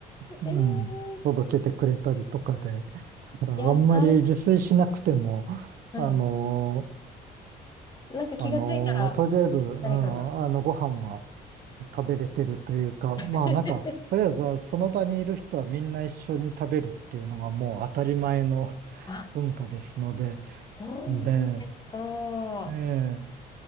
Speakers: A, on the right; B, on the left.
A: うん、
B: えー、
A: 届けてくれたりとかで。だからあんまり自炊しなくても、
B: <laughs> いやさ、はい。
A: あのー
B: なんか気がついたら、
A: あのーとりあえず、うん、
B: 誰かが。
A: あの、ご飯は食べれてるというか、まあなんか、
B: <laughs>
A: とりあえずその場にいる人はみんな一緒に食べるっていうのがもう当たり前の <laughs>
B: あ、
A: 文化ですので、
B: そうなんですか。
A: で、ええ